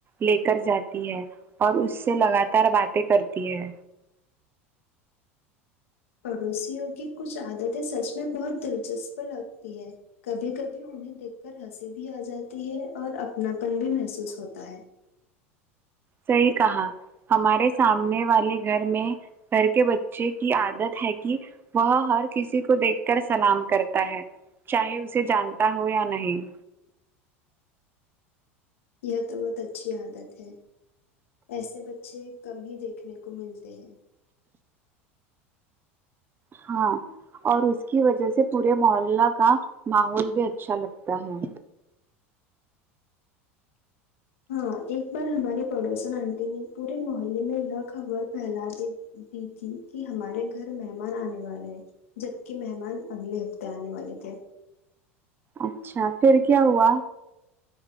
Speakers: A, on the right; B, on the left.
A: لے کر جاتی ہے اور اس سے لگاتار باتیں کرتی ہے
B: پڑوسیوں کی کچھ عادتیں سچ میں بہت دلچسپ لگتی ہے کبھی کبھی انہیں دیکھ کر ہنسی بھی آ جاتی ہے اور اپناپن بھی محسوس ہوتا ہے
A: صحیح کہا ہمارے سامنے والے گھر میں گھر کے بچے کی عادت ہے کہ وہ ہر کسی کو دیکھ کر سلام کرتا ہے چاہے اسے جانتا ہو یا نہیں
B: یہ تو بہت اچھی عادت ہے ایسے بچے کم ہی دیکھنے کو ملتے ہیں
A: ہاں اور اس کی وجہ سے پورے محلہ کا ماحول بھی اچھا لگتا ہے
B: ہاں ایک بار ہماری پڑوسن آنٹی نے پورے موحلے میں یہ خبر پھیلا دی دی تھی کہ ہمارے گھر مہمان آنے والے ہیں جبکہ مہمان اگلے ہفتے آنے والے تھے
A: اچھا پھر کیا ہوا